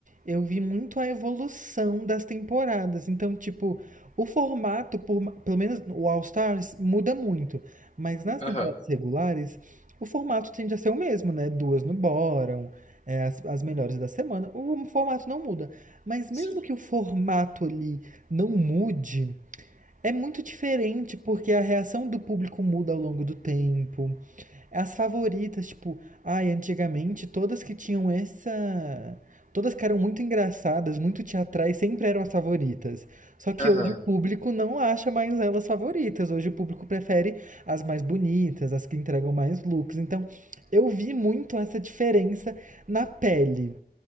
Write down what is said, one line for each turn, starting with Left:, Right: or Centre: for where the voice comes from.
Right: eu vi muito a evolução das temporadas. Então, tipo, o formato, por, ma- pelo menos o All Stars, muda muito. Mas nas
Left: Aham.
Right: temporadas regulares, o formato tende a ser o mesmo, né? Duas no bottom, é, as, as melhores da semana. O formato não muda. Mas mesmo
Left: Sim.
Right: que o formato ali não mude, é muito diferente porque a reação do público muda ao longo do tempo. As favoritas, tipo, ai, antigamente todas que tinham essa. Todas que eram muito engraçadas, muito teatrais, sempre eram as favoritas. Só que
Left: Aham,
Right: hoje o público não acha mais elas favoritas. Hoje o público prefere as mais bonitas, as que entregam mais looks. Então, eu vi muito essa diferença na pele.